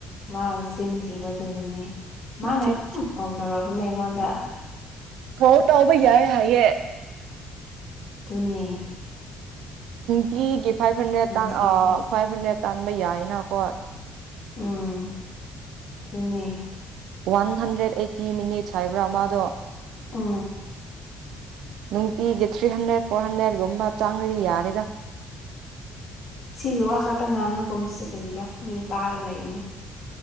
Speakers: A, on the left; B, on the right.
A: ꯃꯥꯅ ꯆꯤꯟꯤꯈꯤꯕꯗꯨꯒꯤꯅꯤ ꯃꯥꯅ
B: ꯃꯆꯤꯟ
A: ꯑꯗꯨꯝ ꯀꯣꯡ ꯆꯥꯎꯧꯔꯛꯄꯅꯦ ꯑꯩꯉꯣꯟꯗ
B: ꯍꯣ ꯇꯥꯎꯕꯩꯌꯥꯑ ꯍꯥꯏꯌꯦꯦ
A: ꯇꯅꯦ
B: ꯒꯤꯒ ꯐꯥꯏꯚ ꯍꯟ꯭ꯔꯦꯠ ꯇ
A: ꯊꯤꯈ꯭ꯔꯦ
B: ꯑ ꯐꯥꯏꯚ ꯍꯟ꯭ꯔꯦꯠ ꯇꯥꯟꯕ ꯌꯥꯏꯅꯈꯣ
A: ꯎꯝ ꯊꯅꯤ
B: ꯋꯥꯟ ꯍꯟꯗ꯭ꯔꯦꯗ ꯑꯩꯠꯇꯤ ꯃꯤꯅꯤꯠꯁ ꯍꯥꯏꯕ꯭ꯔꯥ ꯃꯥꯗꯣ
A: ꯑ
B: ꯅꯨꯡꯇꯤꯒꯤ ꯊ꯭ꯔꯤ ꯍꯟꯗ꯭ꯔꯦꯠ ꯐꯣꯔ ꯍꯟꯗ꯭ꯔꯦꯠꯀꯨꯝꯕ ꯆꯪꯉꯗꯤ ꯌꯥꯔꯦꯗ
A: ꯁꯤꯒꯤ ꯋꯥ ꯈꯛꯇꯪ ꯉꯥꯡꯉꯒꯨꯝꯁꯤ ꯀꯔꯤꯔꯥ ꯃꯤ ꯇꯥꯔ ꯂꯩꯕꯅꯦ